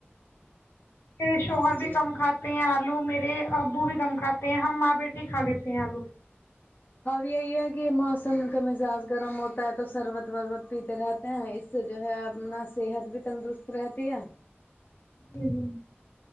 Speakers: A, on the left; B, on the left.
A: پھر شوہر
B: ہاں جی
A: بھی کم کھاتے ہیں آپ لو میں <unintelligible> ابو بھی کم کات <unintelligible> ہم ماں بیٹی کھا لیتے ہیں آلو
B: ہ یہی ہے کہ موسم کا مزاج گرم ہوتا ہے تو سربت ربت پیتے رہتے ہیں اس سے جو ہے اپنا صحت بھی تندرست رہتی ہے
A: جی جی